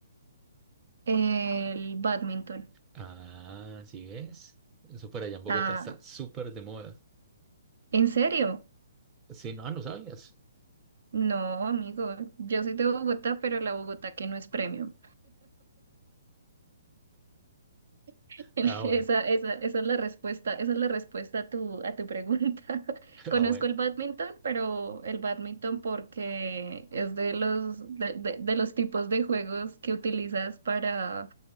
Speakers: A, on the right; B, on the right.
A: El badminton.
B: Ah, ¿sí ves? Eso para allá en Bogotá
A: Ah,
B: está súper de moda.
A: ¿en serio?
B: Sí, no, no sabías.
A: No, amigo, yo soy de Bogotá, pero la Bogotá que no es premium. <laughs> Esa,
B: Ah, bueno,
A: esa, esa es la respuesta, esa es la respuesta a tu, a tu pregunta. <laughs>
B: <laughs>
A: Conozco
B: ah, bueno.
A: el badminton, pero el badminton porque es de los, de de- de los tipos de juegos que utilizas para